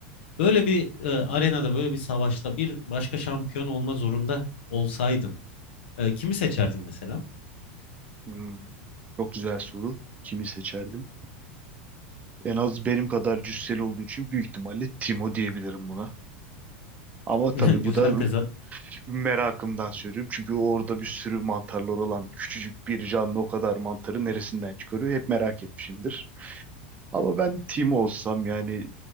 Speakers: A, on the left (about 80°); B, on the right (about 25°).
A: Böyle bir e, arenada, böyle bir savaşta bir başka şampiyon olma zorunda olsaydın, e, kimi seçerdin mesela?
B: Hmm, Çok güzel soru. Kimi seçerdim? En az benim kadar cüsseli olduğu için büyük ihtimalle Timo diyebilirim buna. Ama tabii
A: <laughs> Güzel
B: bu da
A: tezat.
B: <laughs> merakımdan söylüyorum. Çünkü orada bir sürü mantarlar olan küçücük bir canlı o kadar mantarı neresinden çıkarıyor? Hep merak etmişimdir. Ama ben Timo olsam yani